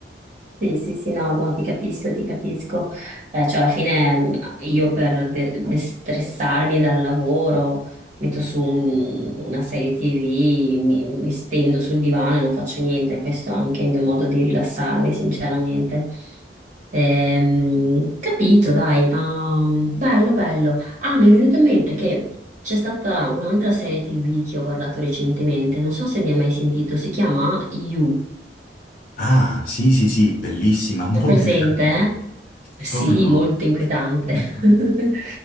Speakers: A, on the right; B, on the left.
A: Sì, sì, sì, no, no, ti capisco, ti capisco. Eh, cioè, alla fine mh, io per de- destressarmi dal lavoro metto su un- una serie TV, mi, mi stendo sul divano e non faccio niente. Questo è anche il mio modo di rilassarmi, sinceramente. Ehm, capito, dai, ma mh, bello, bello. Ah, mi è venuto in mente che c'è stata un'altra serie TV che ho guardato recentemente, non so se ne hai mai sentito, si chiama You.
B: Ah, sì, sì, sì, bellissima, un
A: È
B: po'
A: presente?
B: inquietante.
A: eh? Sì,
B: Come no?
A: molto inquietante.
B: <laughs>
A: <laughs>